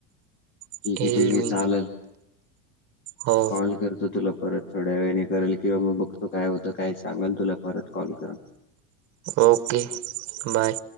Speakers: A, on the right; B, on the left.
A: येईल
B: ठीक आहे ठीक आहे
A: मी
B: चालेल.
A: हो
B: कॉल करतो तुला परत थोड्या वेळने करेल किंवा मग बघतो काय होतं काय सांगल तुला परत कॉल करा.
A: Okay bye.